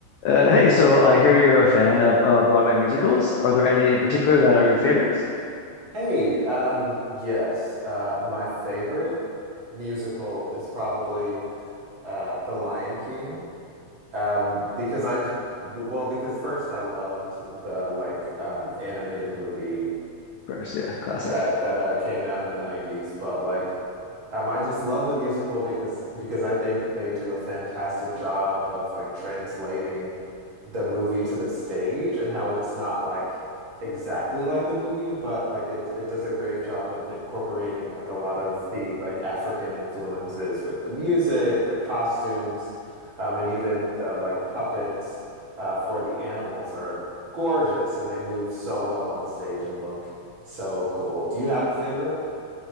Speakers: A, on the left; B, on the right.
A: Uh, hey, so I hear you're a fan of uh, Broadway musicals. Are there any in particular that are your favorites?
B: Hey, um, yes, uh, my favorite musical is probably uh, The Lion King, um, because I, b- well, because first I loved the like um, animated movie
A: Of course, yeah, classic.
B: that that uh, came out in the '90s, but like um, I just love the musical because because I think they do a fantastic job of like translating the movie to the stage and how it's not like exactly like the movie, but like it it does a great job of incorporating like a lot of the like African influences with the music, the costumes, um, and even the like puppets uh, for the animals are gorgeous and they move so well on stage and look so cool. Do you have a favorite?